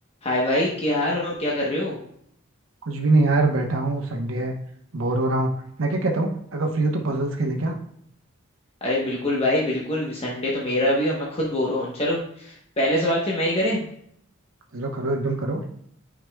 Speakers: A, on the left; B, on the right.
A: हाय भाई क्या हाल और क्या कर रहे हो
B: कुछ भी नहीं यार बैठा हूँ संडे है बोर हो रहा हूँ मैं क्या कहता हूँ अगर फ्री हो तो पजल्स खेलें क्या
A: अरे बिल्कुल भाई बिल्कुल संडे तो मेरा भी और मैं खुद बोर हूँ चलो पहले सवाल फिर मैं ही करें
B: करो करो एकदम करो